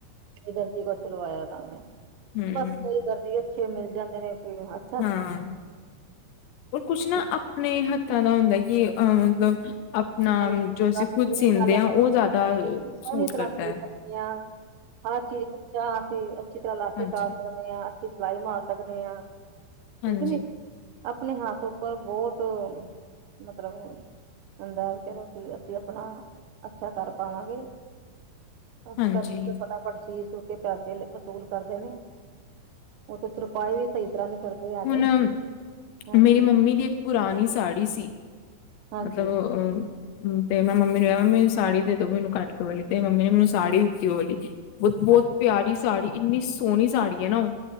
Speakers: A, on the right; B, on the left.
A: ਇਕ ਦਰਜੀ ਕੋਲ ਸਿਲਵਾਇਆ ਤਾ ਮੈਂ,
B: ਹੂੰ
A: ਬਸ ਕੋਈ ਦਰਜੀ ਅੱਛੇ ਮਿਲ ਜਾਂਦੇ ਨੇ ਤੇ ਹਾਥ-
B: ਹਾਂ ਔਰ ਕੁਛ ਨਾ
A: <unintelligible>
B: ਆਪਣੇ ਹੱਥਾਂ ਦਾ ਹੁੰਦਾ ਏ ਕਿ ਆ ਮਤਲਬ ਆਪਣਾ
A: ਹਾਂਜੀ,
B: ਜੋ ਅਸੀਂ
A: ਬਸ
B: ਖੁਦ
A: ਏਹੋ
B: ਸੀਂਦੇ
A: ਹੀ ਗੱਲ
B: ਹਾਂ
A: ਅਸੀ
B: ਉਹ ਜ਼ਿਆਦਾ
A: ਸੋਹਣੀ
B: ਸੂਟ
A: ਤਰ੍ਹਾਂ
B: ਕਰਦਾ
A: ਸੀ ਲੈਨੇ
B: ਹੈ
A: ਆ ਹਾਂ ਹਰ ਚੀਜ਼ ਅੱਛਾ, ਤੇ ਅੱਛੀ ਤਰ੍ਹਾਂ ਲਾਸਟਿਕ
B: ਹਾਂਜੀ
A: ਪਾ ਸਕਣ। ਹਾਂ ਅੱਛੀ ਸਿਲਾਈ ਮਾਰ ਸਕਦੇ ਹਾਂ, ਠੀਕ
B: ਹਾਂਜੀ
A: ਨੀ। ਆਪਣੇ ਹਾਥੋਂ ਪਰ ਬੋਤ, ਮਤਲਬ ਹੁੰਦਾ ਏ ਕਿ ਚਲੋ ਅਸੀਂ ਅਪਣਾ, ਅੱਛਾ ਕਰ ਪਾਵਾਂਗੇ। ਅਸਤਰ
B: ਹਾਂਜੀ
A: ਫਰਸੀ ਸੂਟ ਦੇ ਪੈਸੇ ਵਸੂਲ ਕਰਦੇ ਨੇ, ਓ ਤੇ ਤੁਰਪਾਈ ਵੀ ਸਈ ਤਰਾ ਨੀ ਕਰਦੇ ਹੈਗੇ,
B: ਹੁਣ
A: ਹਾਂਜੀ
B: ਮੇਰੀ ਮੰਮੀ ਦੀ ਇੱਕ ਪੁਰਾਣੀ ਸਾੜੀ ਸੀ,
A: ਹਾਂਜੀ
B: ਮਤਲਬ ਅਂ ਅਂ ਹਮ, ਤੇ ਮੈਂ ਮੰਮੀ ਨੂੰ ਕੇਹਾ ਮੰਮੀ ਸਾੜੀ ਦੇ ਦੋ ਮਨੁ ਕੱਟ ਕੇ ਓ ਵਲੀ, ਤੇ ਮੰਮੀ ਨੇ ਮਨੂੰ ਸਾੜੀ ਦਿੱਤੀ ਓ ਵਲੀ। ਬੋ ਬੌਤ
A: ਹਾਂਜੀ
B: ਪਿਆਰੀ ਸਾੜੀ ਇੰਨੀ ਸੋਣੀ ਸਾੜੀ ਏ ਨਾ ਓ।